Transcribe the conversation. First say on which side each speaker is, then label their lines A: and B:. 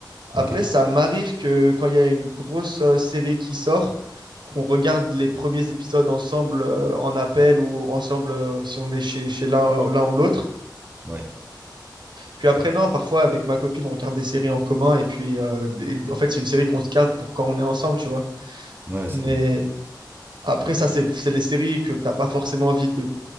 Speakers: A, on the right (about 80°); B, on the right (about 25°).
A: Après,
B: Ok,
A: ça m'arrive que quand il y a une grosse euh, série qui sort, qu'on regarde les premiers épisodes ensemble euh, en appel ou ensemble euh, si on est chez, chez l'un l'un ou l'autre.
B: ouais,
A: Puis après, non, parfois avec ma copine, on regarde des séries en commun et puis euh, et- en fait, c'est une série qu'on se garde pour quand on est ensemble, tu vois.
B: ouais,
A: Mais
B: c'est bien.
A: après, ça, c'est c'est les séries que t'as pas forcément envie de